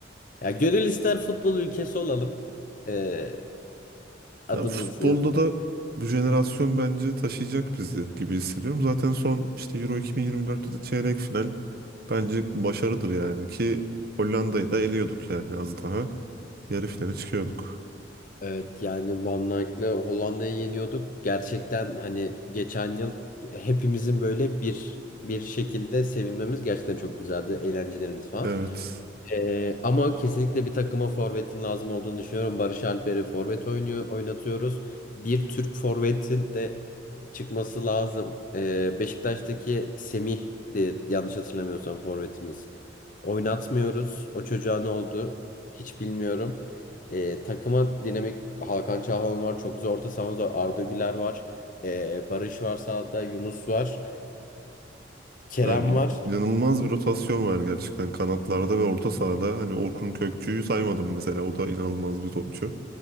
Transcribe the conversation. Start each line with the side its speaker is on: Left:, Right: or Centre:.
Left: Ya gönül ister futbol ülkesi olalım. Ee, adımız
Right: Ya futbolda
Left: yaz-
Right: da bu jenerasyon bence taşıyacak bizi gibi hissediyorum. Zaten son işte Euro 2024'te de çeyrek final bence başarıdır yani ki Hollanda'yı da eliyorduk yani az daha yarı finale çıkıyorduk.
Left: Evet yani Van Dijk'le Hollanda'yı yeniyorduk. Gerçekten hani geçen yıl hepimizin böyle bir bir şekilde sevinmemiz gerçekten çok güzeldi. Eğlencelerimiz falan.
Right: Evet.
Left: Ee, ama kesinlikle bir takıma forvetin lazım olduğunu düşünüyorum. Barış Alper'i forvet oynuyor, oynatıyoruz. Bir Türk forvetin de çıkması lazım. Ee, Beşiktaş'taki Semih de yanlış hatırlamıyorsam forvetimiz. Oynatmıyoruz. O çocuğa ne oldu? Hiç bilmiyorum. Ee, takıma dinamik Hakan Çalhanoğlu var. Çok güzel orta sahamız var. Arda Güler var. Ee, Barış var sağda. Yunus var. Kerem
Right: Yani
Left: var.
Right: inanılmaz bir rotasyon var gerçekten kanatlarda ve orta sahada. Hani Orkun Kökçü'yü saymadım mesela. O da inanılmaz bir topçu.